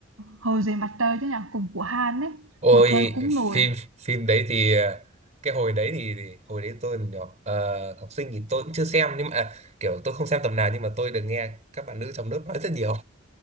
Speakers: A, on the right; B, on the right.
A: Hồ dưới mặt trời chứ nhỉ cùng của Hàn ấy
B: Ôi
A: một thời cũng
B: phim
A: nổi
B: phim đấy thì à, cái hồi đấy thì, thì hồi đấy tôi còn nhỏ ờ, học sinh thì tôi cũng chưa xem nhưng mà à, kiểu tôi không xem tầm nào nhưng mà tôi được nghe các bạn nữ trong lớp nói rất nhiều.